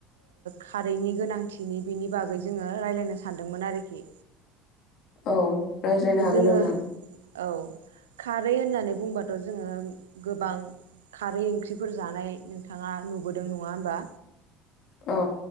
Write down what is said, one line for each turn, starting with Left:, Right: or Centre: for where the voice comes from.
Right: खारैनि गोनांथिनि बिनि बागै जोङो रायजलायनो सानदोंमोन आरोखि
Left: औ। रायज्लायनो हागोन
Right: जोङो
Left: नोंथां
Right: औ खारै होननानै बुंबाथ' जोङो गोबां खारै ओंख्रिफोर जानाय नोंथाङा नुबोदों नङा होमबा?
Left: औ।